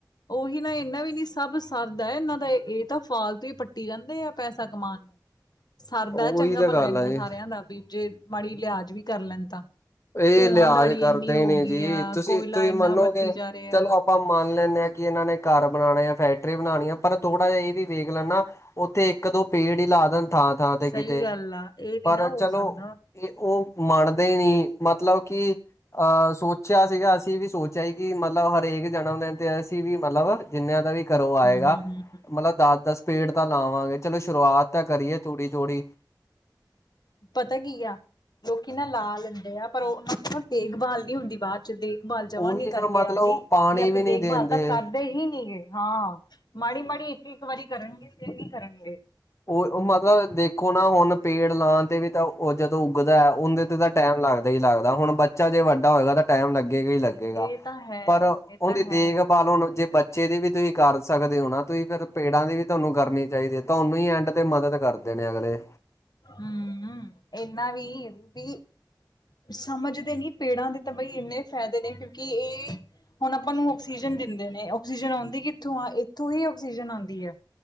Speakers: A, on the left; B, on the left.
A: ਓਹੀ ਨਾ ਇੰਨਾ ਵੀ ਨੀ ਸਭ ਸਰਦਾ ਐ ਏਨਾਂ ਦਾ ਏ ਤਾਂ ਫਾਲਤੂ ਈ ਪੱਟੀ ਜਾਂਦੇ ਆ ਪੈਸਾ ਕਮਾਨ ਸਰਦਾ
B: ਉਹੀ
A: ਐ ਚੰਗਾ
B: ਤਾਂ
A: ਭਲਾ
B: ਗੱਲ
A: ਏਨਾਂ
B: ਆ ਜੀ
A: ਸਾਰਿਆਂ ਦਾ ਵੀ ਜੇ ਮਾੜੀ ਲਿਹਾਜ ਵੀ ਕਰ ਲੈਨ ਤਾਂ।
B: ਏ
A: ਧੂੰਆਂ
B: ਲਿਹਾਜ
A: ਧਾੜੀ
B: ਕਰਦੇ
A: ਇੰਨੀ ਹੋ
B: ਈ ਨੀ
A: ਗਈ
B: ਜੀ,
A: ਆ
B: ਤੁਸੀਂ-ਤੁਸੀਂ
A: ਕੋਇਲਾ ਇੰਨਾ
B: ਮੰਨੋਗੇ
A: ਵਰਤੀ ਜਾ ਰਿਹਾ।
B: ਚਲੋ ਆਪਾਂ ਮੰਨ ਲੈਂਨੇ ਆਂ ਕਿ ਏਨਾਂ ਨੇ ਘਰ ਬਣਾਣੇ ਆ, ਫੈਕਟਰੀ ਬਣਾਣੀ ਆ, ਪਰ ਥੋੜਾ ਜਾ ਐ ਵੀ ਵੇਖ ਲੈਣ ਨਾ ਓਥੇ ਇੱਕ-ਦੋ ਪੇੜ ਈ ਲਾ ਦੇਣ ਥਾਂ-ਥਾਂ 'ਤੇ
A: ਸਹੀ
B: ਕਿਤੇ
A: ਗੱਲ ਆ ਇਹ
B: ਪਰ
A: ਨੀ ਨਾ ਹੋ
B: ਚੱਲੋ
A: ਸਕਦਾ।
B: ਤੇ ਓ ਮੰਣਦੇ ਨੀ ਮਤਲਬ ਕਿ ਅਹ ਸੋਚੇਆ ਸੀਗਾ, ਅਸੀਂ ਵੀ ਸੋਚੇਆ ਸੀ ਕਿ ਮਤਲਬ ਹਰੇਕ ਜਣਮ ਦਿਨ 'ਤੇ ਅਸੀਂ ਵੀ ਮਤਲਬ ਜਿੰਨਿਆਂ ਦਾ ਵੀ ਘਰੋਂ ਆਏਗਾ
A: ਹੂੰ-ਹੂੰ-ਹੂੰ-ਹੂੰ
B: ਮਤਲਬ ਦਸ-ਦਸ ਪੇੜ ਤਾਂ ਲਾਵਾਂਗੇ ਚੱਲੋ ਸ਼ੁਰੂਆਤ ਤਾਂ ਕਰੀਏ ਥੋੜੀ-ਥੋੜੀ।
A: ਪਤਾ ਕੀ ਆ ਲੋਕੀ ਨਾ ਲਾ ਲੈਂਦੇ ਆ ਪਰ ਓਨਾਂ ਦੀ ਨਾ ਦੇਖਭਾਲ ਨੀ ਹੁੰਦੀ ਬਾਦ 'ਚ ਦੇਖਭਾਲ ਜਮਾਂ
B: ਉਹੀ
A: ਨੀ ਕਰਕੇ
B: ਨਾ ਮਤਲਬ
A: ਰਾਜ਼ੀ
B: ਉਹ ਪਾਣੀ
A: ਯਾ
B: ਵੀ
A: ਫੇਰ
B: ਨਹੀਂ
A: ਦੇਖਭਾਲ
B: ਦਿੰਦੇ
A: ਤਾਂ ਕਰਦੇ ਹੀ ਨੀ ਗੇ ਹਾਂ। ਮਾੜੀ-ਮਾੜੀ ਇੱਕ-ਇੱਕ, ਵਾਰੀ ਕਰਨਗੇ ਫੇਰ ਨੀ ਕਰਨਗੇ।
B: ਓਈ ਓ ਮਤਲਬ ਦੇਖੋ ਨਾ ਹੁਨ ਪੇੜ ਲਾਨ ਦੇ ਵੀ ਤਾਂ ਓ ਜਦੋਂ ਉੱਗਦਾ ਐ, ਉਂਦੇ ਤੇ ਤਾਂ ਟਾਈਮ ਲੱਗਦਾ ਈ ਲੱਗਦਾ ਹੁਣ ਬੱਚਾ ਜੇ ਵੱਡਾ ਹੋਏਗਾ ਤਾਂ ਟਾਈਮ ਲੱਗੇਗਾ ਈ ਲੱਗੇਗਾ
A: ਇਹ ਤਾਂ ਹੈ।
B: ਪਰ
A: ਇਹ ਤਾਂ
B: ਉਂਦੀ
A: ਹੈ
B: ਦੇਖਭਾਲ ਹੁਨ ਜੇ ਬੱਚੇ ਦੀ ਵੀ ਤੁਸੀਂ ਕਰ ਸਕਦੇ ਹੋ ਨਾ ਤੁਸੀਂ ਫਿਰ ਪੇੜਾਂ ਦੀ ਵੀ ਤੁਆਨੂੰ ਕਰਨੀ ਚਾਈਦੀ ਐ, ਤੁਆਨੂੰ ਈ ਐਂਡ ਤੇ ਮਦਦ ਕਰਦੇ ਨੇ ਅਗਲੇ।
A: ਹੂੰ, ਏਨਾਂ ਵੀ, ਵੀ ਸਮਝਦੇ ਨੀ ਪੇੜਾਂ ਦੇ ਤੇ ਬਈ ਇੰਨੇ ਫ਼ੈਦੇ ਨੇ ਕਿਉਂਕਿ ਏ ਹੁਣ ਆਪਾਂ ਨੂੰ ਆਕਸੀਜਨ ਦਿੰਦੇ ਨੇ ਆਕਸੀਜਨ ਆਉਂਦੀ ਕਿੱਥੋਂ ਆ? ਏਥੋਂ ਹੀ ਆਕਸੀਜਨ ਆਂਦੀ ਐ।